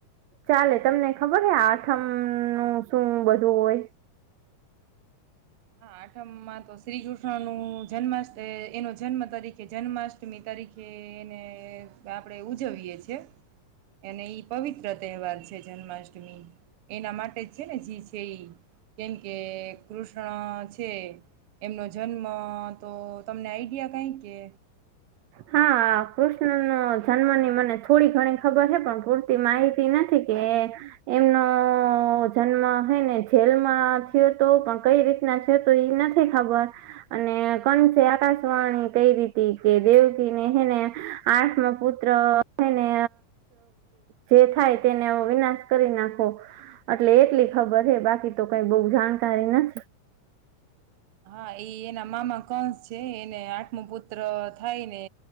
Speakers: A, on the right; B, on the right.
A: ચાલે તમને ખબર હ આઠમ નું શું બધું હોય?
B: હા, આઠમમાં તો શ્રી કૃષ્ણ નું જન્માષ્ટ એનો જન્મ તરીકે જન્માષ્ટમી તરીકે એને આપણેે ઉજવીએ છે, અને ઈ પવિત્ર તહેવાર છે જન્માષ્ટમી એના માટે જ છે ને જે છે, કેમકે કૃષ્ણ ક છે એમનો જન્મ તો તમને આઈડિયા કઈ કે?
A: હા, કૃષ્ણનો જન્મની મને થોડી ઘણી ખબર છે, પણ પૂરતી માહિતી નથી કે એમનો જન્મ છે ને જેલમાં થયો તો પણ કઈ રીતના થયો તો એ નથી ખબર અને કન છે આકાશવાણી કઈ રીતે કે દેવકીને હને આઠમ પુત્રને જે થાય તેને વિનાશ કરી નાખો એટલે એટલી ખબર છે, બાકી તો કઈ બહ જાણકારી નથી
B: હા, એ એના મામા કંસ છે એને આઠમો પુત્ર થાય ને